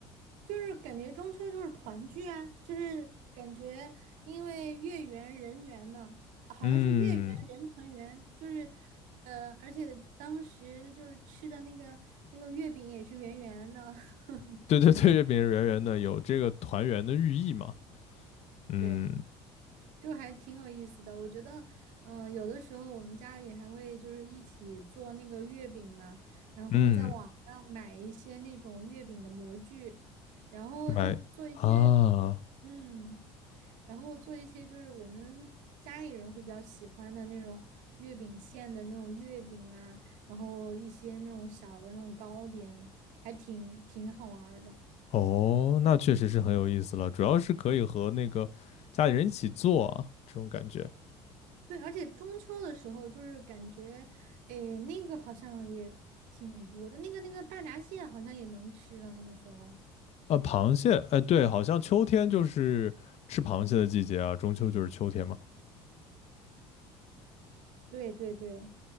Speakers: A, on the right; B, on the left.
A: 就是感觉中秋就是团聚啊，就是感觉因为月圆人圆嘛，好像是月圆人团圆，
B: 嗯，
A: 就是呃，而且当时就是吃的那个那个月饼也是圆圆的，<laughs>
B: 对对对，月饼圆圆的，有这个团圆的寓意嘛。嗯
A: 对，就还挺有意思的。我觉得，嗯、有的时候我们家里还会就是一起做那个月饼嘛，然后在网上买一些那种月饼的模具，
B: 嗯，
A: 然后就做一些，
B: 买啊。
A: 嗯。然后做一些就是我们家里人会比较喜欢的那种月饼馅的那种月饼啊，然后一些那种小的那种糕点，还挺挺好玩儿的。
B: 哦，那确实是很有意思了，主要是可以和那个家里人一起做啊，这种感觉。
A: 对，而且中秋的时候就是感觉，诶，那个好像也挺多的，那个那个大闸蟹好像也能吃了，那个时候。
B: 啊。螃蟹，哎，对，好像秋天就是吃螃蟹的季节啊，中秋就是秋天嘛。
A: 对对对。